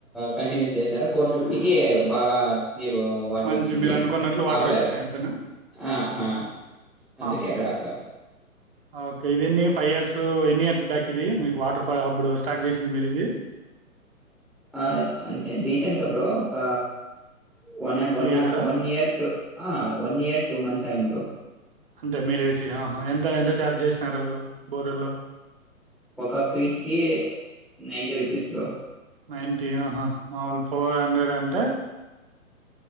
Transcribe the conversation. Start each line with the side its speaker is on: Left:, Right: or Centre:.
Centre: కంటిన్యూ చేశారు ఫోర్ ఫిఫ్టీ కే బాగా మీరు వాటర్
Right: మంచి
Centre: వచ్చింది
Right: మీరు అనుకున్నట్లు వాటర్
Centre: ఆపారు
Right: వచ్చినాయి అంతేనా
Centre: ఆ ఆ అందుకే
Right: ఆహా
Centre: అక్కడ ఆపారు
Right: ఓకే ఇది ఎన్ని ఫైవ్ ఇయర్స్ ఎన్ని ఇయర్స్ బ్యాక్ ఇది మీకు వాటర్ ప అప్పుడు స్టార్ట్ చేసింది మీరు ఇది
Centre: ఆ అంతే రీసెంట్గా బ్రో ఒక వన్డ్
Right: టూ
Centre: వన్
Right: ఇయర్సా
Centre: one year to one year two months అయింది బ్రో
Right: అంటే మీరేసి ఆహా ఎంత ఎంత చఛార్జ్ చేస్త నర్రలో బొర్రల్లో
Centre: ఒక ఫీట్ కి నైన్టీ రూపీస్ బ్రో
Right: మ <unintelligible> మామూలు ఫోర్ హండ్రెడ్ గంట